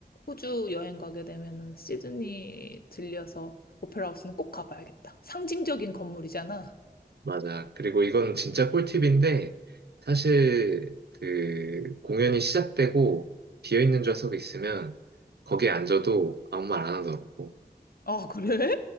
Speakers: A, on the left; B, on the right.
A: 호주 여행 가게 되면은 시드니 들려서 오페라 하우스는 꼭 가봐야겠다. 상징적인 건물이잖아.
B: 맞아. 그리고 이건 진짜 꿀팁인데, 사실 그 공연이 시작되고 비어있는 좌석이 있으면 거기에 앉아도 아무 말 안 하더라고.
A: 아, 그래?